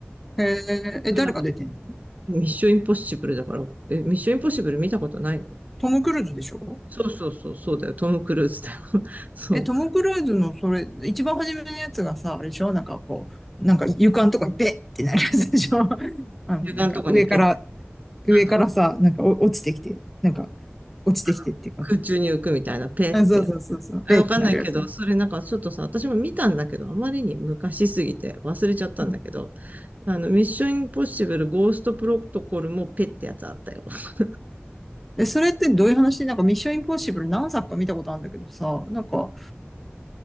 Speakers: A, in the centre; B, on the right.
A: へえ、え、
B: これなんか
A: 誰が出てんの
B: ミッションインポッシブルだから、え、ミッションインポッシブル見たことないの
A: トム・クルーズでしょ
B: そうそうそう、そうだよ、トム・クルーズだよ。<laughs> そう。
A: え、トム・クルーズのそれ、一番初めのやつがさ、あれでしょなんかこう、なんか床のとこにベッってなるやつでしょ <laughs> あの、
B: 中間のとこにペッて、
A: なんか上から、上からさ、
B: あの、
A: なんかお落ちてきて、なんか落ちてきてっていうかさ。
B: あの、空中に浮くみたいな、ペってやつ。
A: あ、そうそうそうそう、ベッってなるやつ。
B: えわかんないけど、
A: う
B: それなんかちょっとさ、私も見たんだけど、あまりに昔すぎて忘れちゃったんだけど、
A: ん。
B: あの、ミッションインポッシブルゴーストプロトコルもペってやつあったよ。<laughs>
A: え、それってどういう話なんかミッションインポッシブル何作か見たことあるんだけどさ、なんか